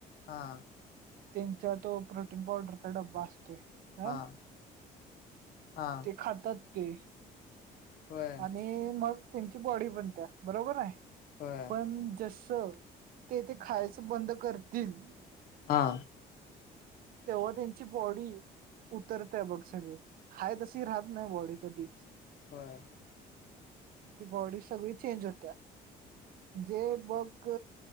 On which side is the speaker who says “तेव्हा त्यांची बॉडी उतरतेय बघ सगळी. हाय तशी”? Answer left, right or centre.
Right